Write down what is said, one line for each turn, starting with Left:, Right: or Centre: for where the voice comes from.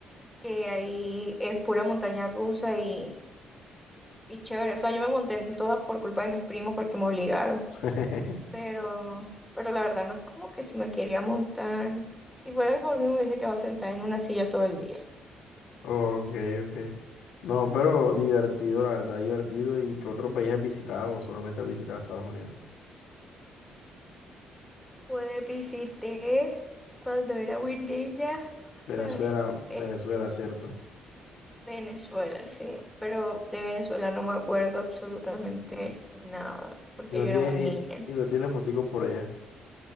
Centre: que ahí es pura montaña rusa y, y chévere. O sea, yo me monté en todas por culpa de mis primos porque me obligaron.
Left: <laughs>
Centre: pero, pero la verdad no es como que si me quería montar. Si fuera por mí, me hubiese quedado sentada en una silla todo el día.
Left: Ok, ok. No, pero divertido, la verdad, divertido. ¿Y qué otro país has visitado? ¿O Solamente has visitado Estados Unidos.
Centre: Pues visité cuando era muy niña,
Left: Venezuela,
Centre: ay,
Left: Venezuela,
Centre: este,
Left: cierto.
Centre: Venezuela, sí, pero de Venezuela no me acuerdo absolutamente nada, porque
Left: Y no
Centre: yo
Left: tiene,
Centre: era muy niña.
Left: y, y no tiene fotico por allá.